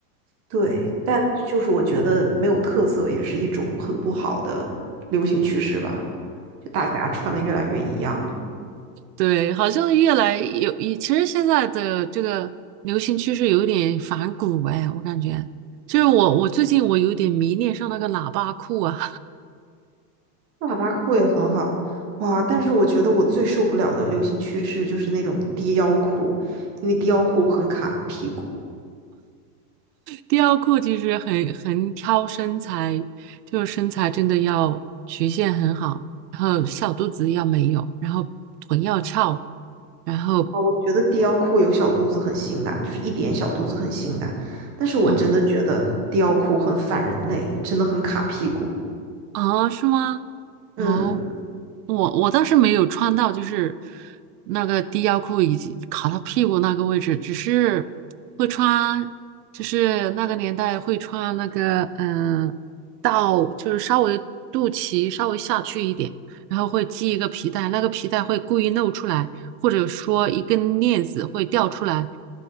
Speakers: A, on the right (about 30°); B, on the right (about 85°).
A: 对，但就是我觉得没有特色也是一种很不好的流行趋势吧，就大家穿的越来越一样了。
B: 对，好像越来有，其实现在的这个流行趋势有点反骨哎，我感觉。就是我，我最近我有点迷恋上那个喇叭裤啊。
A: 喇叭裤也很好，哇！但是我觉得我最受不了的流行趋势就是那种低腰裤，因为低腰裤很卡屁股。
B: 雕裤其实很很挑身材，就是身材真的要曲线很好，然后小肚子要没有，然后臀要翘，然后
A: 啊，我觉得低腰裤有小肚子很性感，就是一点小肚子很性感，但是我真的觉得低腰裤很反人类，
B: 嗯
A: 真的很卡屁股。
B: 啊是吗？
A: 嗯，
B: 哦，我我倒是没有穿到，就是那个低腰裤以及卡到屁股那个位置，只是会穿，就是那个年代会穿那个，嗯、到就是稍微肚脐稍微下去一点，然后会系一个皮带，那个皮带会故意露出来，或者说一根链子会掉出来，